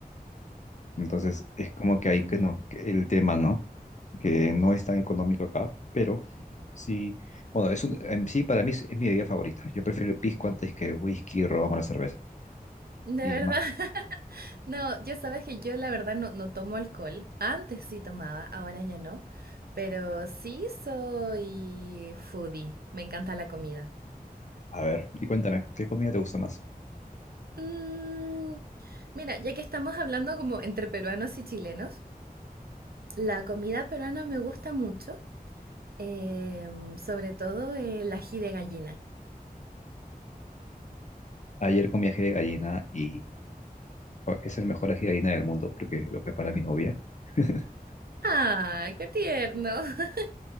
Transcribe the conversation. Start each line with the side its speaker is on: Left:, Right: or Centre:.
Left: Entonces, es como que
Right: Claro.
Left: ahí que no, que el tema, ¿no? Que no es tan económico acá, pero sí, bueno, es un- en sí para mí es, es mi bebida favorita. Yo prefiero el pisco antes que whisky, ron o la cerveza.
Right: De
Left: Y
Right: verdad.
Left: más,
Right: <laughs> No, ya sabes que yo la verdad no, no tomo alcohol. Antes sí tomaba, ahora ya no. Pero sí soy foodie. Me encanta la comida.
Left: a ver, y cuéntame, ¿qué comida te gusta más?
Right: Mm, mira, ya que estamos hablando como entre peruanos y chilenos, la comida peruana me gusta mucho. em, sobre todo el ají de gallina.
Left: Ayer comí ají de gallina y o- es el mejor ají de gallina del mundo porque lo prepara mi novia. <laughs>
Right: ¡Ah, qué tierno! <laughs>